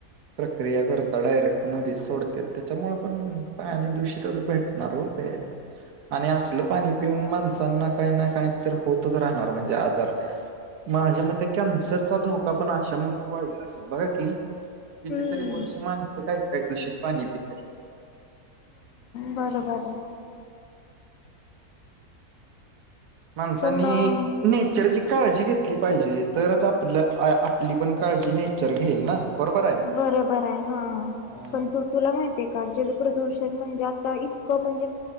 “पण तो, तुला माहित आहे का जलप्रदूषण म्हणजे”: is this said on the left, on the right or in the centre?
Left